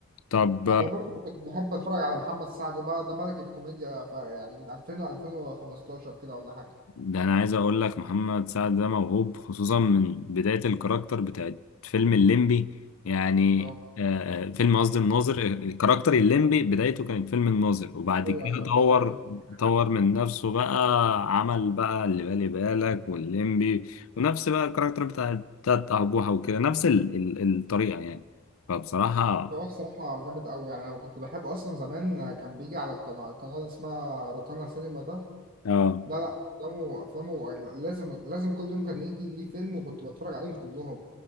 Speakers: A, on the left; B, on the right.
A: طب
B: انا برضه كنت بحب اتفرج على محمد سعد بقى ده ملك الكوميديا بقى يعني من 2000 ل 2015 كده ولا حاجه
A: ده انا عايز اقول لك محمد سعد ده موهوب خصوصا من بداية الكاركتر بتاعت فيلم الليمبي يعني
B: اه
A: آه آه، فيلم قصدي الناظر آه، الكاركتر الليمبي بدايته كانت فيلم الناظر وبعد
B: ايوه
A: كده
B: ايوه فعلا
A: طور
B: ده حقيقي
A: طور من نفسه بقى عمل بقى اللي بالي بالك والليمبي ونفس بقى الكاركتر بتاع بتاعت أبوها وكده نفس ال ال الطريقة يعني فبصراحة
B: بس هو الصراحه جامد قوي يعني انا كنت بحبه اصلا زمان كان بيجي على القناه القناه اللي اسمها روتانا سينما ده
A: اه
B: لا لا افلامه افلامه لازم لازم كل يوم كان يجي ليه فيلم وكنت بتفرج عليهم كلهم